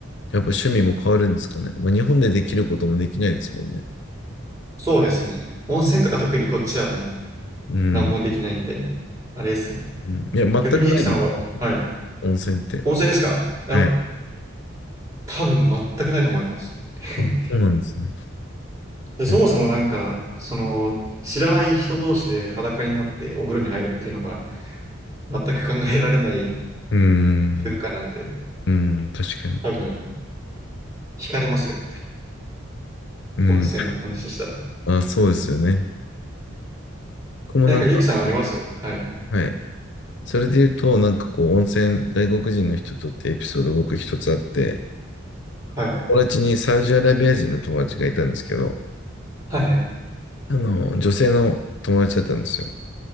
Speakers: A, on the left; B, on the right.
A: やっぱ趣味も変わるんですかね。まあ、日本でできることもできないですもんね。
B: そうですね。温泉とか特にこっちはもう
A: うん。
B: 何もできないんで、あれですね。
A: うんいや、全くないんですね。
B: 逆にゆきさんは、はい。
A: 温泉って。
B: 温泉ですかいや、
A: はい。あ、
B: 多分全くないと思います。<laughs>
A: そうなんですね。
B: で、そもそもなんか、
A: え
B: その、知らない人同士で裸になってお風呂に入るっていうのが全く考えられない
A: うん。
B: 文化なんで、
A: うん。確かに。
B: 多分、惹かれますよ。
A: うん。
B: 温泉の話したら。
A: あ、そうですよね。僕もなんか、
B: なんか、ゆきさんありますはい。
A: はい。それで言うと、なんかこう、温泉、外国人の人とってエピソード僕一つあって、
B: はい。
A: 友達にサウジアラビア人の友達がいたんですけど、
B: はい。
A: あの、女性の友達だったんですよ。